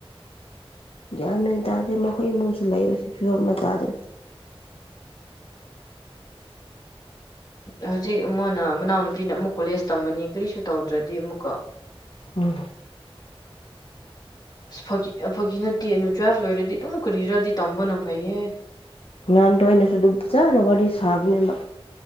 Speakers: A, on the left (about 70°); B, on the left (about 40°).
A: ꯒ꯭ꯌꯥꯟꯣꯏ ꯑꯣꯏꯅ ꯇꯥꯗꯦ ꯃꯈꯣꯏ ꯏꯃꯨꯡꯁꯨ ꯂꯩꯕꯕꯁꯤ ꯐꯤꯕꯝ ꯑꯃ ꯆꯥꯗ꯭ꯔꯦ
B: ꯍꯧꯖꯤꯛ ꯑꯃꯅ ꯃꯅꯥꯎꯅꯨꯄꯤꯅ ꯑꯃꯨꯛ ꯀꯣꯂꯦꯖ ꯇꯝꯃꯅꯤ ꯀꯔꯤꯁꯨ ꯇꯧꯗ꯭ꯔꯗꯤ ꯑꯃꯨꯛꯀ
A: ꯎꯝ
B: ꯁ ꯐꯒꯤ ꯅꯠꯇꯦ ꯑꯗꯨ ꯇꯨꯋꯦꯜꯐ ꯂꯣꯏꯔꯗꯤ ꯑꯗꯨꯝ ꯀꯨꯔꯤꯔꯗꯤ ꯇꯝꯕꯅ ꯐꯩꯌꯦ
A: ꯅꯍꯥꯟꯗꯣ ꯑꯩꯅꯁꯨ ꯑꯗꯨꯝ ꯐꯖꯅ ꯋꯥꯔꯤ ꯁꯥꯕꯅꯦꯕ